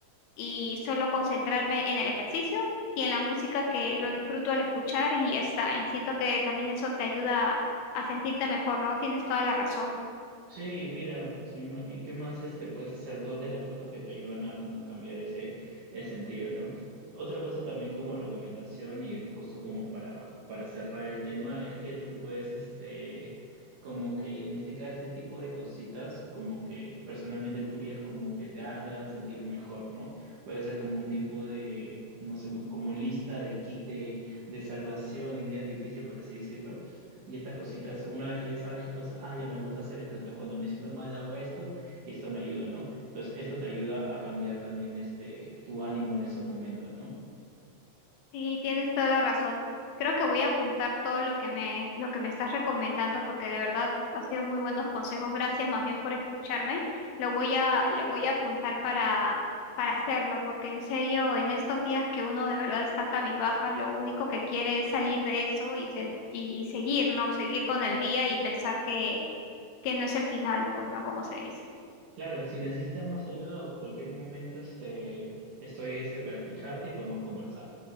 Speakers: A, on the left (about 80°); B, on the right (about 60°).
A: y solo concentrarme en el ejercicio y en la música que lo disfruto al escuchar y ya está. Y siento que también eso te ayuda a sentirte mejor, ¿no? Tienes toda la razón.
B: Sí, mira, sí, ma- eh, ¿qué más este, puedes hacer? Dos de las cosas que te ayudan a como cambiar ese, el sentido, ¿no? Otra cosa también como recomendación y justo como para, para cerrar el tema es que tú puedes este, como que identificar ese tipo de cositas como que personalmente tuyas como que te hagan sentir mejor, ¿no? Puede ser como un tipo de, no sé, como como lista de kit de, de salvación en días difíciles, por así decirlo y estas cositas, una vez que ya sabes qué cosas, ah, ya me gusta hacer esto, entonces cuando me siento mal hago esto y esto me ayuda, ¿no? Entonces esto te ayuda a cambiar también este, tu ánimo en esos momentos, ¿no?
A: Sí, tienes toda la razón. Creo que voy a apuntar todo lo que me, lo que me estás recomendando porque de verdad ha sido muy buenos consejos. Gracias más bien por escucharme. Lo voy a, lo voy a apuntar para, para hacerlo porque en serio, en estos días que uno de verdad está cabizbaja, lo único que quiere es salir de eso y, sen- y seguir, ¿no? Seguir con el día y pensar que, que no es el final, pues, ¿no? Como se dice.
B: Claro, si necesitas más ayuda o cualquier momento, este, estoy este, para escucharte y podemos conversar.